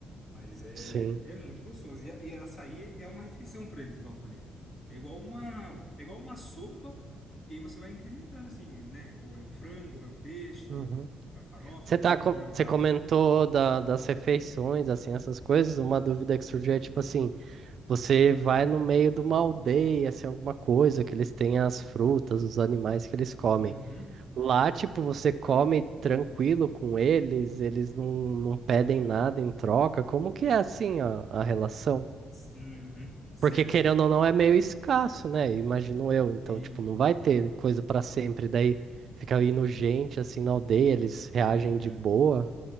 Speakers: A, on the left (about 45°); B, on the right (about 60°).
A: Mas é,
B: Sim.
A: é muito gostoso. E, a- e açaí é uma refeição para eles, igual eu falei. É igual uma, é igual uma sopa que aí você vai incrementando, assim, né? Ou é o frango, ou é o peixe,
B: Uhum.
A: a farofa,
B: Você tá,
A: ou
B: co-
A: no meu
B: você
A: caso.
B: comentou da, das refeições, assim, essas coisas. Uma dúvida que surgiu é tipo assim: você vai no meio de uma aldeia, assim, alguma coisa que eles têm as frutas, os animais que eles comem.
A: Uhum.
B: Lá, tipo, você come tranquilo com eles, eles não, não pedem nada em troca. Como que é assim a, a relação?
A: Uhum. Certo.
B: Porque querendo ou não é meio escasso, né? Imagino eu. Então,
A: E,
B: tipo, não vai ter coisa pra sempre. Daí fica indo gente assim na aldeia, eles reagem
A: uhum.
B: de boa.